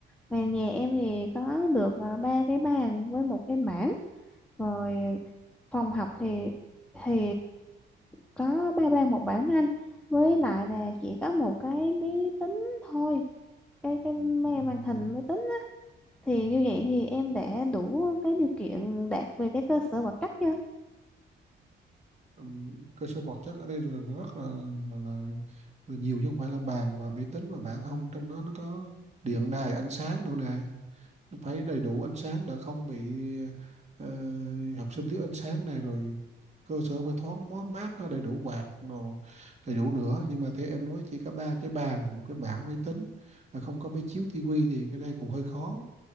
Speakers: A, in the centre; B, on the right.
A: Mà nhà em thì có được ờ, ba cái bàn với một cái bảng. Rồi phòng học thì thì có ba bàn một bảng đó anh. Với lại là chỉ có một cái máy tính thôi. Cái cái màn
B: ừm,
A: màn hình máy tính thì như vậy thì em đã đủ cái điều kiện đạt về cái cơ sở vật chất chưa?
B: ừm, cơ sở vật chất ở đây là rất là, là, là, là nhiều chứ không phải là bàn và máy tính mà bạn không trong đó nó có điện đài ánh sáng nữa nè phải đầy đủ ánh sáng để không bị ờ, học sinh thiếu ánh sáng này rồi cơ sở phải thoáng mó- mát có đầy đủ quạt nó đầy đủ nữa nhưng mà thế em nói chỉ có ba cái bàn một cái bảng máy tính à, không có máy chiếu tivi thì cái này cũng hơi khó